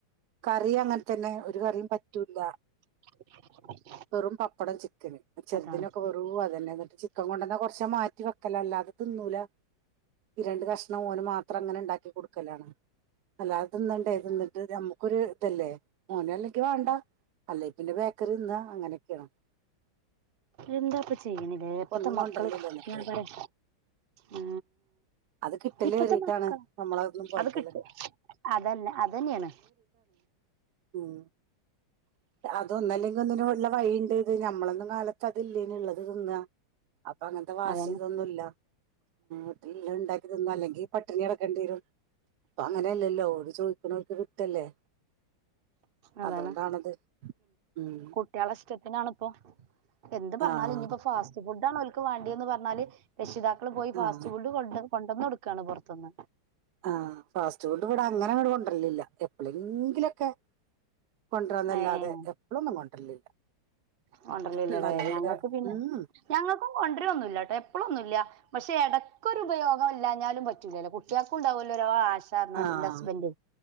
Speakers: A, on the right; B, on the right.
A: കറി അങ്ങനെ തന്നെ ഒരു കറിയും പറ്റൂല്ല
B: <inaudible>
A: വെറും പപ്പടം ചിക്കന് ചെറുദിനൊക്കെ
B: അതാണ്
A: വെ അതന്നെ എന്നിട്ട് ചിക്കൻ കൊണ്ടന്ന കൊറച്ച് മാറ്റി വെക്കല അല്ലാതെ തിന്നൂല രണ്ട് കഷ് ഓന് മാത്രം അങ്ങനെ ഉണ്ടാക്കി കൊടുക്കലാണ് അല്ലാത തിന്നണ്ടേ ഇതിന്നിട്ട് നമുക്കൊരു ഇല്ലേ ഓന അല്ലക്ക് വേണ്ട അല്ലെ പിന്നെ ബേക്കറി നിന്ന അങ്ങനെയൊക്കെയാണ്
B: എന്താപ്പ ചെയ്യണില്ലേ
A: ഇപ്പൊ
B: എപ്പത്തെ
A: ഒന്നും
B: മക്കള്
A: കൊണ്ടല്ലില്ല എന്നിട്ട്
B: ഞൻ പറയാ ആ
A: അത് കിട്ടലേറിയിട്ടാണ്
B: ഇപ്പത്തെ മക്കളാ
A: നമ്മളതൊന്നും പോലത്തല്ല
B: അത് കിട്ട് അതന്നെ അതന്നെയാണ്
A: ഓഹ് അതൊന്നല്ലെങ്കിൽ ഒന്നിന് വഴി ഉണ്ടെന് ഞമ്മളൊന്നും കാലത്ത് അതില്ലെന് ഉള്ളത് തിന്നാ അപ്പൊ അങ്ങനത്തെ വാശി
B: അതന്നെ
A: ഇതൊന്നു ഇല്ല ആട്ട ഉണ്ടാക്കി തിന്ന അല്ലെങ്കിൽ പട്ടിണി കിടക്കേണ്ടിരും അങ്ങനെയ അല്ലല്ലോ ഒരു ചോദ പക്കക്ക് കിട്ടല്ലേ
B: അതാണ്
A: അതുകൊണ്ടാണത് ഉം
B: കുട്ടികളെ ഇഷ്ടത്തിനാണിപ്പൊ എന്ത് പറഞ്ഞാലും
A: ആഹ്
B: ഇനിയിപ്പോ ഫാസ്റ്റ് ഫുഡ്‌ ആണ് ഒക്ക് വേണ്ടിയന്ന് പറഞ്ഞാല് രക്ഷിതാക്കൾ പോയി ഫാസ്റ്റ്
A: ആഹ്
B: ഫുഡ് കൊണ്ട കൊണ്ടൊന്ന് കൊടുക്കുകയാണ് പുറത്തുന്ന്
A: ആ ഫാസ്റ്റ് ഫുഡ് ഇവിട അങ്ങനെ ഇവിടെ കൊണ്ടരലില്ല എപ്പഴെങ്കിലൊക്കെ കൊണ്ടരന്നല്ലാതെ
B: ഏ
A: എപ്പോഴൊന്നും കൊണ്ടരലില്ല
B: കൊണ്ടരലില്ലല്ലേ
A: എന്നാലേ ഇവിടെ
B: ഞങ്ങൾക്ക് പിന്നെ
A: ഉം
B: ഞങ്ങൾക്കും കൊണ്ടര ഒന്നുല്ല ഇല്ലാട്ടോ എപ്പഴുംഒന്നുമില്ല പക്ഷെ ഇടക്കൊരു ഉപയോഗം ഇല്ലാഞ്ഞാലും പറ്റൂലല്ലോ കുട്ടികൾക്കും ഉണ്ടാവൂലോ ആശ ണാന്റെ
A: ആഹ്
B: ഹസ്ബൻഡ്